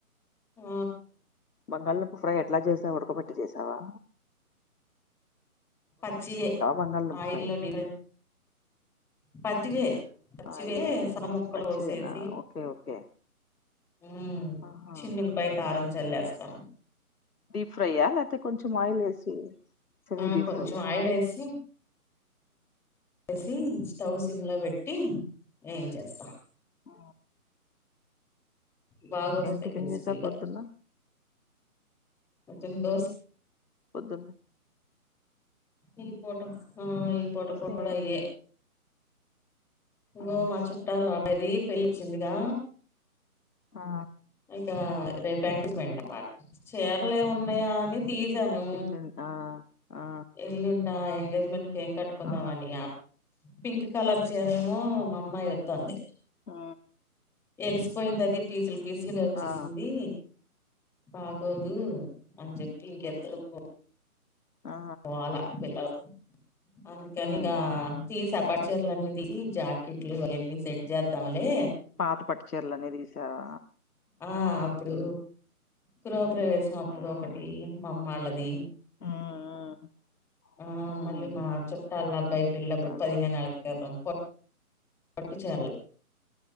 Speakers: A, in the centre; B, on the left.
A: ఆ
B: బంగాళ దుంప ఫ్రై ఎట్లా చేసావా ఉడకబెట్టి చేసావా
A: పచ్చయే
B: బంగాళదుంప
A: ఆయిల్డి
B: ఫ్రై
A: పతివే పచ్చివే
B: ఆయిల్ అది
A: సన్న మొక్కలు
B: పచ్చివేనా
A: వసేసి
B: ఓకే ఓకే
A: ఉ
B: ఆహా
A: చిన్నల ప కారం చల్లేస్తా
B: డీప్ ఫ్రైయా లేకపోతే కొంచెం ఆయిల్ వేసి సెమీ
A: ఆ
B: డీప్
A: కొంచెం
B: ఫ్రైయా
A: ఆయిలేస్ సి స్టవ్ సిమ్ లో పెట్టి ఏం చేస్తా
B: ఆ
A: బాగ వస్తస్తాయి
B: టిఫిన్
A: క్రిస్పిగా
B: చేసావ్ పొద్దున్న
A: మ దోస
B: పద్ద
A: ఈ ఫట ఈ ఫట కూడాడయే
B: నే
A: ఇం
B: ఆ
A: గో మా చుట్టలాడది పలిచిందిగా
B: ఆ
A: ఇక రేప్ ఎంగేజ్మెంట్ అమాట చరలు ఏమి ఉన్నాయా అని తీసాను
B: ఎల్లుండి ఆ ఆ
A: ఎల్లుండా ఎంగేజ్మెంట్ ఏం కట్టుకుందామని
B: ఆ
A: పింక్ కలర్ చీర ఏమో మా అమ్మాయి వద్దంది
B: ఆ
A: ఎలిసిపోయింది అది పీసులు పీసులుగా వచ్చేసింది
B: ఆ
A: బాగోదు అం చెప్పటి ఇంక ఎద్దరుకో
B: ఆ ఆ
A: పోవాలా పిల్లలు అందుకని
B: ఉమ్
A: ఇక తీసా పట్ పక్చర్లు అన్ని తీసి జాకెట్లు ఇవన్నీ సెట్ చేద్దాంలే
B: పాత పట్టుచర్లనే తీసావా
A: ఆ అప్పుడు క్రాప్ ప్రవేశం అప్పుడు
B: ఉమ్
A: ఒకటి మామ్మళ్ళది
B: ఉమ్
A: ఆ
B: ఉమ్
A: మళ్ళీ మా చుట్టాల అబ్బాయిది వెళ్ళప్పుడు
B: అదేలే
A: పదిహేనేళ్ళ క్రితం పట్టు చీరలే